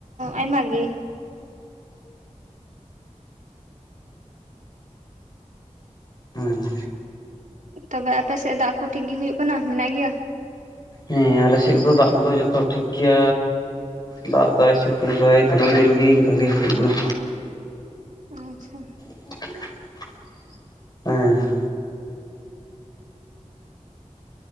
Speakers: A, on the right; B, on the left.
A: ᱟᱭᱢᱟ ᱜᱮ
B: ᱦᱩᱸ
A: ᱛᱚᱵᱮ ᱟᱯᱮ ᱥᱮᱫ ᱫᱟᱜ ᱠᱩ ᱴᱷᱤᱠ ᱜᱤ ᱦᱩᱭᱩᱜ ᱠᱟᱱᱟ ᱢᱮᱱᱟᱜ ᱜᱮᱭᱟ?
B: ᱦᱮᱸ ᱟᱞᱮ ᱥᱮᱫ ᱫᱚ ᱫᱟᱜ ᱠᱚᱫᱚ ᱡᱚᱛᱚ ᱴᱷᱤᱠ ᱜᱮᱭᱟ ᱫᱟᱜ ᱫᱟᱭ ᱥᱤᱛᱩᱝ ᱫᱟᱭ ᱫᱤᱱᱟᱹᱢ ᱫᱤᱱ ᱜᱮ ᱤᱱᱠᱟ ᱜᱮ ᱦᱩᱭᱩᱜ ᱠᱟᱱᱟ
A: ᱟᱪᱷᱟ
B: <inaudible> ᱮᱸ